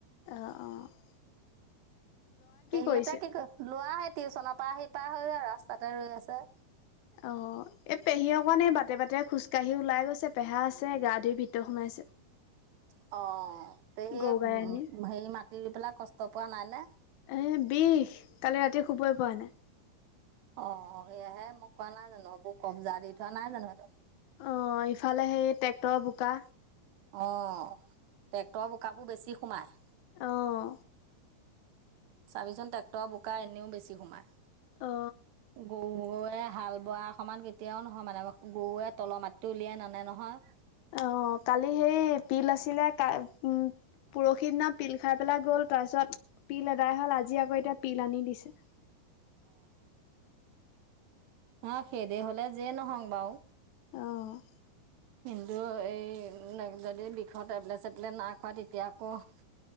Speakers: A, on the left; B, on the right.
A: অঁহ', -অঁহ', -।
B: পেহীহঁতে
A: কৰিছে
B: এটা কি ল'ৰা আহি টিউচনৰ পৰা আহি পাৰ হৈ আৰু ৰাস্তাতে ৰৈ আছে।
A: অহ', - এই পেহী অকণ এই বাটে-বাটে খোজকাঢ়ি ওলাই গৈছে, পেহা আছে গা ধুই ভিতৰত সোমাইছে।
B: <inaudible> অহ', -অঁহ', - পেহীয়ে
A: গৰু গাই আনি
B: হেৰি মাটি দি পেলাই কষ্ট পোৱা নাই নে?
A: এ' বিষ, কালি ৰাতি শুবই পোৱা নাই।
B: অহ', -সেয়াহে মোক কোৱা নাই জানো সেইবোৰ কব্জা দি থোৱা নাই জানো সিহঁত।
A: অঁহ', -ইফালে সেই ট্ৰেক্টৰৰ বোকা।
B: অঁহ', ট্ৰেক্টৰৰ বোকাবোৰ বেছি সোমায়।
A: অঁহ।
B: চাবিচোন ট্ৰেক্টৰ বোকা এনেও বেছি সোমাই।
A: অ
B: গৰুৱে হা'ল- বৰা অকণমান কেতিয়াও নহয় মানে, গৰুৱে তলৰ মাটিটো উলিয়াই নানে নহয়।
A: অহ', - কালি সেই পিল আছিলে উম'- পৰহি দিনাত পিল খাই পেলাই গ'ল তাৰপিছত পিল এদাই হ'ল আজি আকৌ এতিয়া পিল আনি দিছে।
B: অঁহ', সেই হ'লে যিয়ে নহওঁ বাৰু।
A: অঁ।
B: কিন্তু এই মই যদি বিষৰ টেবলেট-চেবলেট নাই খোৱা তেতিয়া আকৌ-